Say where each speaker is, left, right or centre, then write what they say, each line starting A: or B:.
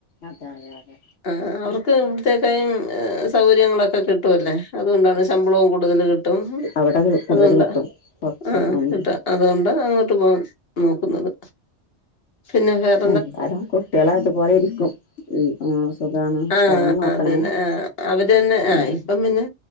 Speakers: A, on the left; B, on the left.
A: അതാണ് അതെ അതെ
B: ആ അവർക്ക് ഇവിടത്തേക്കായും സൗകര്യങ്ങളൊക്കെ കിട്ടുംല്ലേ അതുകൊണ്ടാണ് ശമ്പളവും കൂടുതൽ കിട്ടും.
A: അവിടെ കൂടുതൽ
B: അതുകൊണ്ടാ
A: കിട്ടും പുറത്ത്
B: ആ
A: ഉം
B: കിട്ടാ അതുകൊണ്ട് അങ്ങോട്ട് പോവാൻ നോക്കുന്നത് പിന്നെല്ലാ
A: എന്താലും കുട്ടികളെ അതുപോലെ ഇരിക്കും ഉം ആഹ് സുഖാണ്
B: ആഹ്
A: ടൈം നോക്കണേ
B: അതന്നെ ആഹ് അവര് തന്നെ ആഹ്
A: ഉം
B: ഇപ്പം പിന്നെ